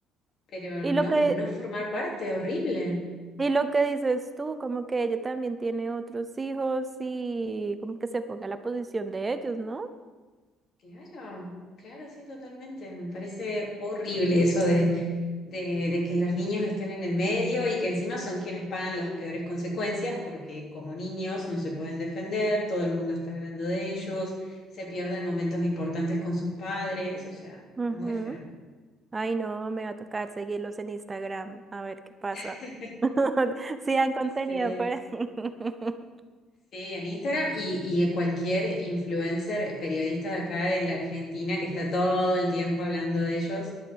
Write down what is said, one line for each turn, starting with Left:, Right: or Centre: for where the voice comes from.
Left: Pero
Right: Y
Left: no,
Right: lo que,
Left: no formar parte, horrible.
Right: y lo que dices tú, como que ella también tiene otros hijos y como que se ponga en la posición de ellos, ¿no?
Left: Claro, claro, sí, totalmente. Me parece horrible eso de, de, de que los niños estén en el medio y que encima son quienes pagan las peores consecuencias porque como niños no se pueden defender, todo el mundo está hablando de ellos, se pierden momentos importantes con sus padres, o sea,
Right: Ujú.
Left: muy feo.
Right: Ay, no, me va a tocar seguirlos en Instagram, a ver qué pasa.
Left: <laughs>
Right: <laughs> Sí, han contenido
Left: Sí,
Right: por ahí. <laughs>
Left: sí, en Instagram y, y cualquier influencer, periodista de acá de la Argentina que está todo el tiempo hablando de ellos.